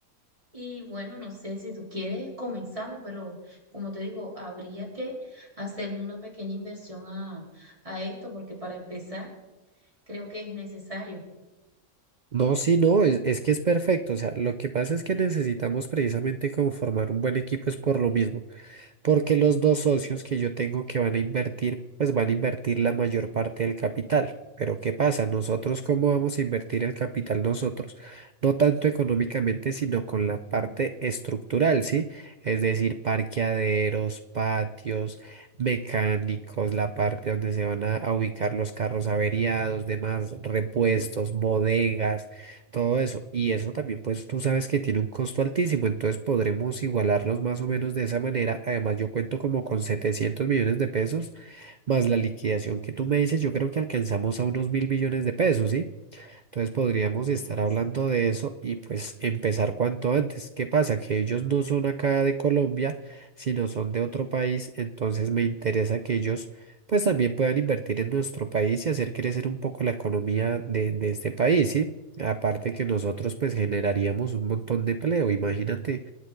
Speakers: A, on the right (about 20°); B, on the right (about 60°).
A: Y bueno, no sé si tú quieres, comenzamos, pero como te digo, habría que hacerle una pequeña inversión a, a esto, porque para empezar creo que es necesario.
B: No, sí, no, es, es que es perfecto. O sea, lo que pasa es que necesitamos precisamente conformar un buen equipo es por lo mismo. porque los dos socios que yo tengo que van a invertir, pues van a invertir la mayor parte del capital. Pero ¿qué pasa? Nosotros, ¿cómo vamos a invertir el capital nosotros? No tanto económicamente, sino con la parte estructural, ¿sí? Es decir, parqueaderos, patios, mecánicos, la parte donde se van a, a ubicar los carros averiados, demás, repuestos, bodegas todo eso. Y eso también, pues tú sabes que tiene un costo altísimo, entonces podremos igualarlos más o menos de esa manera. Además, yo cuento como con 700 millones de pesos, más la liquidación que tú me dices, yo creo que alcanzamos a unos mil millones de pesos, ¿sí? Entonces podríamos estar
A: Sí,
B: hablando
A: sí.
B: de eso y pues empezar cuanto antes. ¿Qué pasa? Que ellos no son acá de Colombia, sino son de otro país, entonces me interesa que ellos pues también puedan invertir en nuestro país y hacer crecer un poco la economía de, de este país, ¿sí? Aparte que nosotros pues generaríamos un montón de empleo, imagínate.